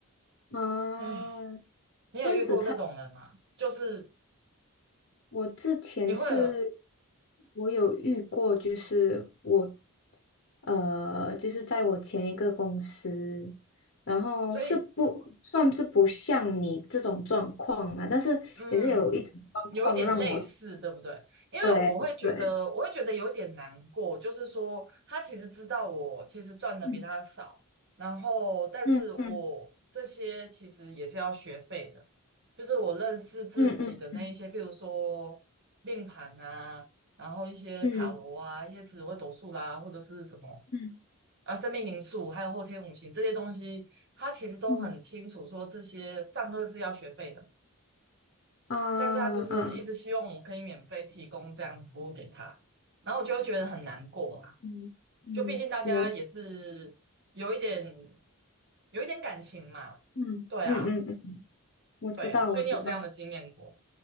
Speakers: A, on the left; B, on the right.
A: 嗯啊，
B: 哎，你有遇过这种人吗？
A: 这样子。
B: 就是
A: 我之前是，
B: 你会有，
A: 我有遇过，就是我，呃，就是在我前一个公司，然后是不算是不像你这种状况啊，
B: 所以
A: 但是也是有一种状况让我，
B: 嗯，有一点类似，对不对？因为我会觉得，
A: 对对，
B: 我会觉得有一点难过，就是说他其实知道我其实赚的比他少，
A: 嗯
B: 然后但是我这些其实也是要学费的，
A: 嗯嗯
B: 就是我认识自己的那一些，
A: 嗯
B: 比如说命盘啊，然后一些塔罗啊，
A: 嗯
B: 一些紫微斗数啦，或者是什么
A: 嗯嗯
B: 啊，生命灵数，还有后天五行这些东西，他其实都很清楚说这些上课是要学费的，
A: 嗯啊啊
B: 但是他就是一直希望我可以免费提供这样的服务给他，然后我就会觉得很难过啊，
A: 嗯嗯，
B: 就毕竟大家也是有一点
A: 了，
B: 有一点感情嘛，
A: 嗯嗯嗯嗯，
B: 对啊，
A: 我知道我知道，
B: 对，所以你有这样的经验过，